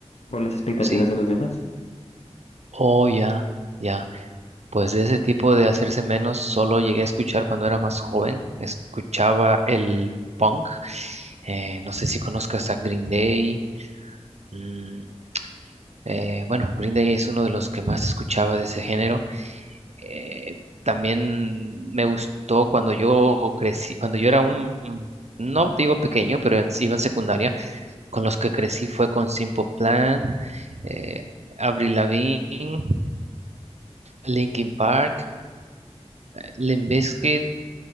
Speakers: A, on the left (about 65°); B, on the right (about 70°).
A: por las expectativas
B: sí.
A: de los demás.
B: Oh, ya, ya. Pues de ese tipo de hacerse menos, solo llegué a escuchar cuando era más joven. Escuchaba el punk. Eh, no sé si conozcas a Green Day. Mm, eh, bueno, Green Day es uno de los que más escuchaba de ese género. Eh, también me gustó cuando yo crecí, cuando yo era un, no digo pequeño, pero en- iba en secundaria. Con los que crecí fue con Simple Plan, eh, Avril Lavigne, Linkin Park. Limp Bizkit,